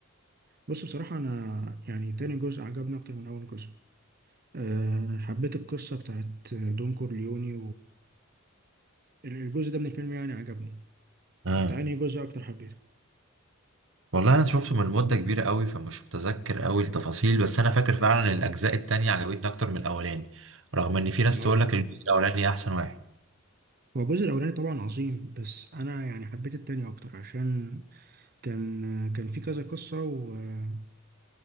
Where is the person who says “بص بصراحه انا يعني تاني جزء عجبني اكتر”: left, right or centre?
Right